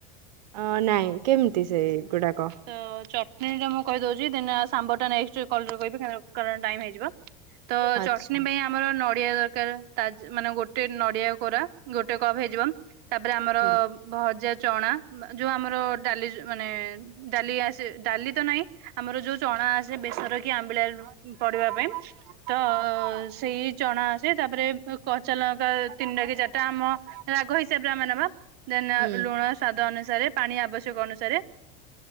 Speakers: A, on the right; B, on the right.
A: ଅ ନାଇଁ କେମିତି ସେଗୁଡାକ।
B: ତ ଚଟଣୀ ଟା ମୁଁ କହିଦଉଛି ଦ ସାମ୍ବର ଟା ନ କହିବି। ହେଇଯିବ ତ
A: ଆଚ୍ଛା
B: ଚଟୀ ପାଇଁ, ଆମର ନଡିଆ ଦରକାର ତା ମାନେ ଗୋଟେ ନଡିଆ କୋରା ଗୋଟେ କପ୍ ହେଇଯିବ। ତାପରେ ଆମର
A: ହୁଁ
B: ଭଜା ଚଣା ଯୋଉ ଆମର ଡାଲି ମାନେ ଡାଲି ଆସେ ଡାଲି ତ ନହିଁ ଆମର ଯୋଉ ଚଣା ଆସେ ବେସର କି ଆମ୍ବିଳା, ପଢିବା ପାଇଁ ତ! ଅ ସେଇ ଚଣା ଆସେ ତାପରେ କଚାଲଙ୍କା ତିନିଟା କି ଚାରିଟା ଆମ ରାଗ ହିସାବରେ ଆମେ ନବା ଦେନ
A: ହୁଁ
B: ଲୁଣ ସ୍ଵାଦ ଅନୁସାରେ ପାଣି ଆବଶ୍ୟକ ଅନୁସାରେ।